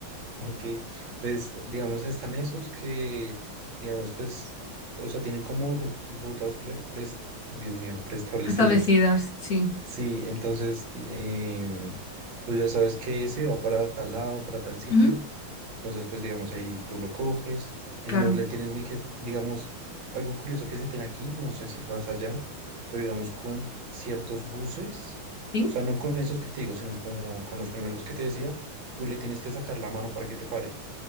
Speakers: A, on the right; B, on the left.
A: Ok, pues digamos están esos que, que, digamos pues, o sea, tienen como ru- rutas, pre- pres- Dios mío, preestablecidas.
B: Establecidas, sí.
A: Sí, entonces ti- em, tú ya sabes que ese va para tal lado, para tal sitio.
B: Ujú,
A: Entonces, pues digamos ahí tú lo coges, ahí
B: Claro.
A: no le tienes ni que, s- digamos, algo curioso que se tiene aquí, no sé si pasa allá, pero digamos con ciertos buses,
B: ¿Sí?
A: o sea, no con esos que te digo, sino como con los primeros que te decía, tú le tienes que sacar la mano para que te pare.